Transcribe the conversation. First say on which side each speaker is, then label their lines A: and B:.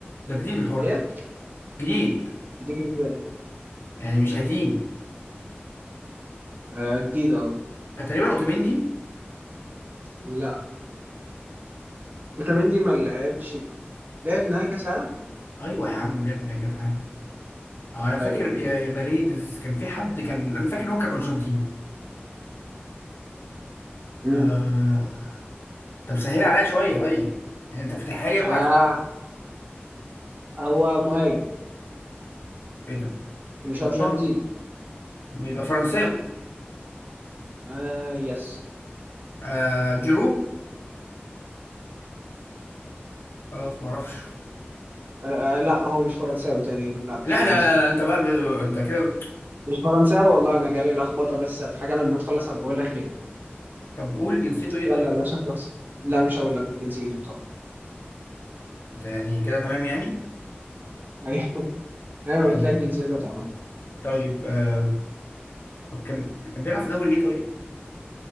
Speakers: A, on the left; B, on the right.
A: ده جديد الحوار
B: إيه؟
A: ده جديد
B: جديد إزاي؟
A: يعني مش قديم
B: آه جديد أه
A: تقريبا اوتوميندي
B: لا وتمندي ما لعبش لعب نهائي كأس العالم؟
A: ايوه يا عم لعب يا جدع اه انا فاكر
B: أيوه أيوه
A: يا يا باريدز كان في حد كان انا فاكر ان هو كان ارجنتيني
B: مم.
A: آه... طب سهل عليا شويه طيب يعني انت فاتحها لي قوي
B: آه
A: على الفحري
B: هو مهاجم
A: ايه ده
B: مش أرجنتيني
A: اضمك ما يبقى فرنساوي
B: آه يس
A: آه... جيرو خلاص ما اعرفش
B: آه، لا هو مش فرنساوي تقريبا لا مش
A: لا
B: فرنساوي
A: لا لا لا انت بقى ب... انت كده ب...
B: مش فرنساوي والله انا جالي لخبطه بس في حاجه لما تخلص هبقى اقول لك ليه
A: طب قول جنسيته ايه
B: يلا
A: طيب
B: يلا عشان تخسر لا مش هقول لك جنسيته طبعا
A: انت يعني كده تمام يعني
B: ايوه <laughs> انا
A: يعني
B: قلت لك جنسيته طبعا
A: طيب آه... طب كان كان بيلعب في دوري ايه طيب